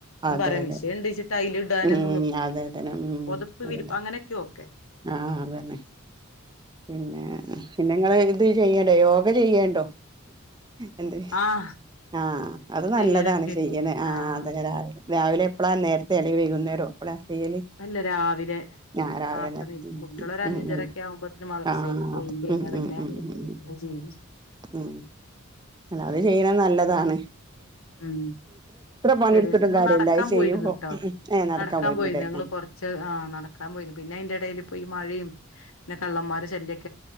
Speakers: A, on the left; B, on the right.
A: ഞാൻ
B: അതെ
A: പറയണത്
B: അതെ
A: <unintelligible> ടൈല് ഇടാന്ന്മും
B: ഉം അതെ അതെ ഉം
A: പൊതപ്പ്
B: അതന്നെ
A: വിരിപ്പ് അങ്ങനൊക്കെ ഓക്കെ
B: ആ അതന്നെ പിന്നെ പിന്നെങ്ങള് ഇത് ചെയ്യണ്ടോ? യോഗ ചെയ്യേണ്ടോ? എന്ത്?
A: ആഹ്
B: ആ അത് നല്ലതാണ്
A: ചെയ്യലൊക്കെ
B: ചെയ്യണ്
A: ഇണ്ട്
B: ആ
A: ആഹ്
B: അതേ
A: ഉം
B: രാവിലെ രാവിലെ <inaudible> ചെലേ വൈകുന്നേരോ എപ്പഴാ ചെയ്യല്?
A: അല്ല രാവിലെ
B: ഞാൻ രാവിലെന്നെ.
A: നേർത്തെ നീ
B: ഉം
A: കുട്ടികള് ഒരു അഞ്ചരൊക്കെ
B: ഉം ഉം ഉം
A: ആവുമ്പോത്തിന് മദ്രസേക്ക്
B: ആ
A: പോയി കഴിഞ്ഞാ
B: ഉം
A: പിന്നെ
B: ഉം
A: അത്
B: ഉം ഉം ഉം
A: ചെയ്യും
B: ഉം അത് ചെയ്യലാ നല്ല അതാണ്
A: ഉം
B: പണിയെടുത്തിട്ടും
A: ശരി ന്നു
B: കാര്യല്ല
A: നടക്കാൻ
B: അത് ചെയ്യുമ്പോ
A: പോയിരുന്നു ട്ടോ
B: ഏഹ്
A: നടക്കാൻ
B: പോയിരുന്നില്ലേ
A: പോയിന്നു ഞങ്ങള്
B: ആഹ്
A: കൊറച്ച് ആ നടക്കാൻ പോയിര് പിന്നെ അയിന്റെ എടേല് പ്പോ ഈ മഴിം പിന്നെ കള്ളന്മാരെ ശല്യക്